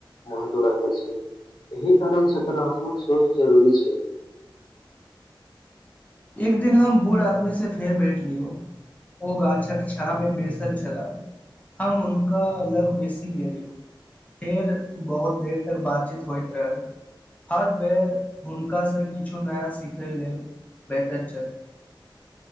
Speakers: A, on the left; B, on the left.
A: महत्व राखे छै एहि कारण सकारात्मक सोच जरूरी छै
B: एक दिन हम बूढ़ आदमी से फेर बैठे दिय ओ गाछ कक्षा मे बेसल छलाह हम हुनका लग बेसी गेलिय फेर बहुत देर तक बातचीत होइत रहल हर बेर हुनकासँ किछु नया सिखय लेल बेटर चल